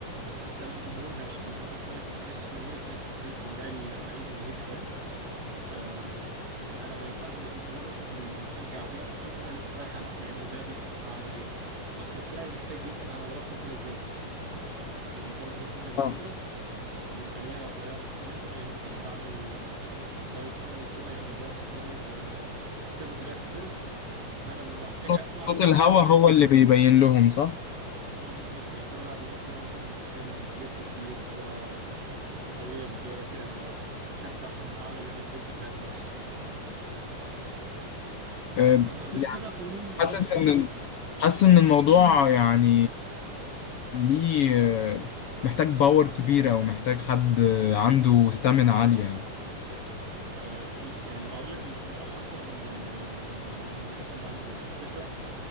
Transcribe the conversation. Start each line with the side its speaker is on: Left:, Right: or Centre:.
Right: حتى الجمهور نفسه يعني انت لو خدت بالك في التنس جمهور التنس مختلف عن باقي ال- باقي الجماهير شويه آه انا ما ينفعش يبقى في جمهور مثلا بيشجع او بيعمل صوت وانا لسه رايح العب لان ده بيأثر على الخصم بتاعي محتاج يسمع انا ضربت الكوره ازاي لان ضربه الكوره بالمضرب
Left: اه
Right: بيبقى ليها طريقه مختلفه يعني مثلا بعمل آه، سلايس كده بالكوره يا اما بضربها فورورد يا اما في كذا طريقه في السيرف فانا ببقى محتاج
Left: صوت,
Right: اسمع
Left: صوت
Right: هو
Left: الهوا
Right: عملها ازاي
Left: هو اللي بيبين لهم صح؟
Right: اه بالظبط الكرة بقى بيبقى فيها مثلا سبين بتلف كتير كرة قوية بزيادة كده بقى- بقى أحدد عشان أعمل الريفلكس بتاعي بسرعة يعني
Left: أه
Right: آه، غير
Left: يعني
Right: كده القوانين أظن
Left: حاسس
Right: بسيطة
Left: ان ال-
Right: يعني
Left: حاسس ان الموضوع يعني ليه آه، محتاج باور كبيرة ومحتاج حد عنده ستامina عالية يعني
Right: آه، ال- يعني ما أقول لك الاستمانة أكتر من ال من إن يبقى حد عنده باور الفكرة